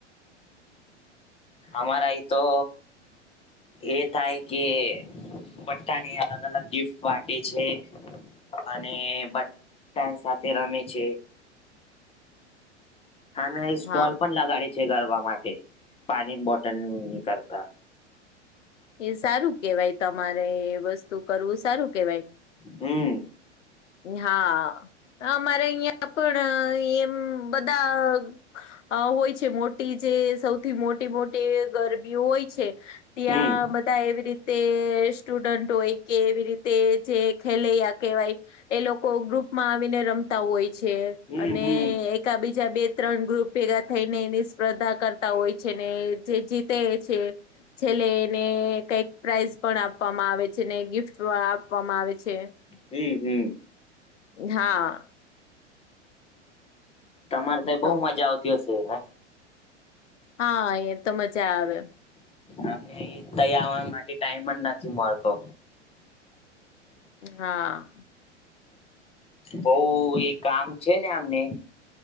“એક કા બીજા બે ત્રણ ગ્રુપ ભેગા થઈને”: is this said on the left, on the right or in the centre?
Left